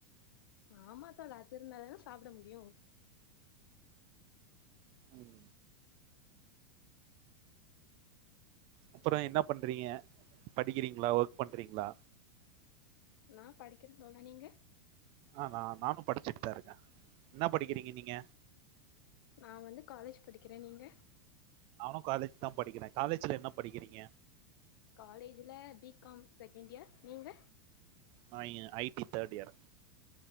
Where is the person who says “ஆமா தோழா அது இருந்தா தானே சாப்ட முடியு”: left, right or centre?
Left